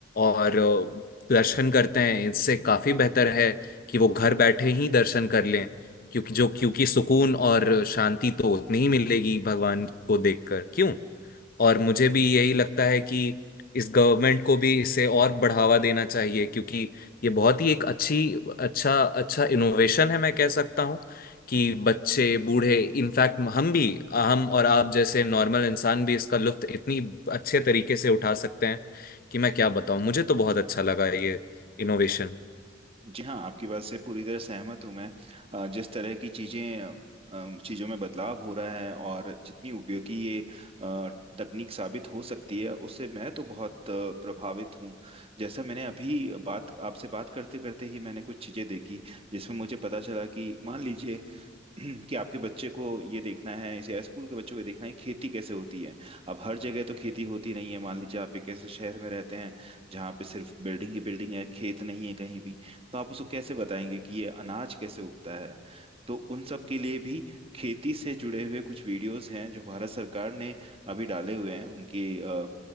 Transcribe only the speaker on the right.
जी हाँ आपकी बात से पूरी तरह सहमत हूँ मैं अ, जिस तरह की चीज़ें अम, चीज़ों में बदलाव हो रहा है और जितनी उपयोगी ये अ, तकनीक साबित हो सकती है उससे मैं तो बहुत अ, प्रभावित हूँ जैसा मैंने अभी बात आपसे बात करते करते ही मैंने कुछ चीज़ें देखी जिसमें मुझे पता चला कि मान लीजिए <clears throat> कि आपके बच्चे को ये देखना है इस- या स्कूल के बच्चों को ये देखना है खेती कैसे होती है अब हर जगह तो खेती होती नहीं है मान लीजिए आप एक ऐसे शहर में रहते हैं जहाँ पे सिर्फ बिल्डिंग ही बिल्डिंग है खेत नहीं है कहीं भी तो आप उसको कैसे बताएंगे कि ये अनाज कैसे उगता है तो उन सब के लिए भी खेती से जुड़े हुए कुछ वीडियोस हैं जो भारत सरकार ने अभी डाले हुए हैं उनकी अ,